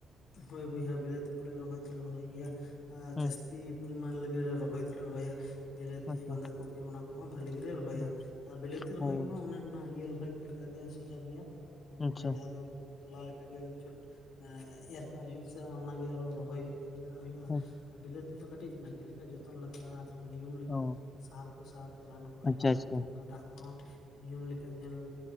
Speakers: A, on the left (about 80°); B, on the left (about 30°).
A: ᱦᱳᱭ ᱵᱚᱭᱦᱟ ᱵᱤᱞᱟᱹᱛᱤ ᱠᱚᱞᱮ ᱨᱚᱦᱚᱭ ᱫᱚᱞᱮ ᱨᱚᱦᱚᱭ ᱜᱮᱭᱟ ᱟᱨ
B: ᱦᱩᱸ
A: ᱡᱟᱹᱥᱛᱤᱼᱼ ᱯᱚᱨᱤᱢᱟᱱ ᱞᱮ ᱜᱮ ᱨᱮ ᱨᱚᱦᱚᱭ ᱫᱚᱞᱮ ᱨᱚᱦᱚᱭᱟ᱾ ᱵᱤᱞᱟᱹᱛᱤ
B: ᱟᱪᱪᱷᱟ
A: ᱵᱟᱸᱫᱷᱟ ᱠᱚᱯᱤ ᱚᱱᱟ ᱠᱩᱦᱚᱸ ᱵᱷᱟᱞᱤ ᱜᱤᱞᱮ ᱨᱚᱦᱚᱭᱟ
B: ᱦᱩᱸ
A: ᱟᱨ ᱵᱤᱞᱟᱹᱛᱤ ᱨᱚᱦᱚᱭ
B: ᱦᱳᱭ
A: ᱠᱩᱦᱚᱸ ᱚᱱᱮ ᱚᱱᱟ ᱤᱭᱟᱹ ᱨᱚᱦᱚᱭᱼᱼ ᱠᱩ ᱞᱮᱠᱟ ᱜᱮ ᱥᱚᱡᱟ ᱜᱮᱭᱟ ᱮᱸ
B: ᱟᱪᱪᱷᱟ
A: ᱚᱱᱮ ᱡᱟᱦᱟᱸ ᱫᱚ ᱩᱸ ᱛᱚᱞᱟ ᱞᱮᱠᱟ ᱜᱮ ᱢᱤᱫ ᱪᱷᱚᱴ ᱮᱸᱼᱼ ᱮᱨ ᱠᱟᱜ ᱦᱩᱭᱩᱜ-ᱟ ᱥᱮ ᱚᱱᱟ ᱜᱮ ᱟᱨᱚ ᱨᱚᱦᱚᱭ ᱦᱩᱭ ᱦᱚᱪᱩᱣᱟᱜ ᱦᱩᱭᱩᱜ-ᱟ
B: ᱦᱳᱭ᱾
A: ᱟᱨ ᱵᱤᱞᱟᱹᱛᱤ ᱫᱚ ᱠᱟᱹᱴᱤᱡ ᱵᱷᱟᱹᱜᱤ ᱞᱮᱠᱟ ᱡᱚᱛᱼᱼ ᱛᱚᱱ ᱞᱟᱜᱟᱜ-ᱟ, ᱟᱨ ᱱᱤᱭᱚᱢ ᱞᱮᱠᱟ
B: ᱚ
A: ᱥᱟᱨ ᱠᱩ ᱥᱟᱶᱛᱮ ᱨᱟᱱ ᱠᱩᱦᱚᱸ
B: ᱟᱪᱪᱷᱟ
A: ᱮᱢ
B: ᱟᱪᱪᱷᱟ
A: ᱞᱟᱹᱠᱛᱤ ᱠᱟᱱᱟ ᱫᱟᱜ ᱠᱩᱦᱚᱸ, ᱱᱤᱭᱚᱢ ᱞᱮᱠᱟ ᱧᱮᱞ